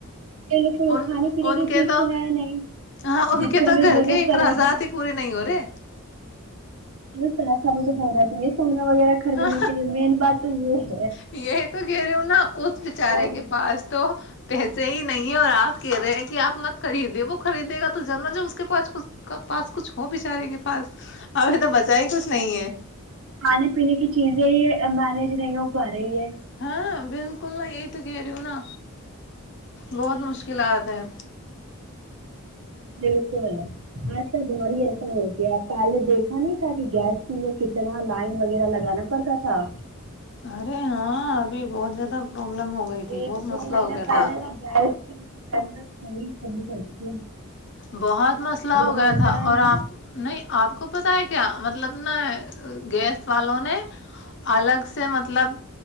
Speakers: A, on the right; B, on the left.
A: بالکل وہ
B: ان
A: کھانے پینے
B: ان
A: کی
B: کے
A: چیز
B: تو
A: ہے نہیں
B: ہاں ان
A: جن
B: کے
A: کی ہمیں
B: تو گھر
A: ضرورت
B: کے اخراجات
A: پڑے گی
B: ہی پورے نہیں ہو رہے <inaudible>
A: ا سر سب تو ہونا چاہیے س <unintelligible> وغیرہ خریدنے
B: ہاں
A: کے لیے مین بات تو یہ ہے
B: یہی تو کہہ رہی ہ ہووں نا اس بیچارے
A: ہے
B: کے پاس تو پیسے ہی نہیں اور آپ کہہ رہے ہیں کہ آپ مت خریدیں وہ خریدے گا تو جانا جب اس کے پاس پاس کچھ ہو بےچارے کے پاس ابھی تو بچا ہی کچھ نہیں ہے
A: کھانے پینے کی چیزیں یہ <unintelligible> م نےج نہیں وہ پا رہی ہے
B: ہاں بالکل نہ یہی تو کہہ رہی ہوں نا بہت مشکلات ہے
A: بالکل آج کا باری ایسا ہو گ آپ پہلے دیکھا نہیں تھا کہ گیس کے لیے کتنا لائن وغیرہ لگانا پڑتا تھا
B: ارے ہاں ابھی بہت زیادہ پرابلم ہو گئی تھی
A: ایک
B: بہت
A: دو
B: مسئلہ
A: مہین
B: ہو گیا تھا
A: پہلے نہ جائے ت ہما کوکور چولی پڑیے
B: بہت مسئلہ ہو گیا
A: گھنٹہ
B: تھا اور
A: نا
B: آپ نہیں آپ کو پت ہے کیا مطلب نا گیس والوں نے ال الگ سے مطلب